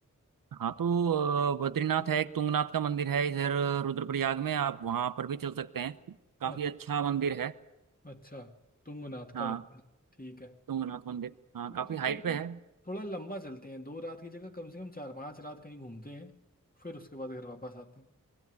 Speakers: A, on the right; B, on the left.
A: हाँ तो अ, बद्रीनाथ है एक तुंगनाथ का मंदिर है इधर रुद्रप्रयाग में आप वहां पर भी चल सकते हैं काफी
B: अ-
A: अच्छा मंदिर है
B: अच्छा तुंगनाथ
A: हाँ
B: का मंदिर ठीक है
A: तुंगनाथ मंदिर हाँ
B: मैं
A: काफी
B: तो सोच
A: हाइट
B: रहा
A: पे
B: हूँ
A: है
B: थोड़ा लंबा चलते हैं दो रात की जगह कम से कम चार पांच रात कहीं घूमते हैं फिर उसके बाद घर वापस आते हैं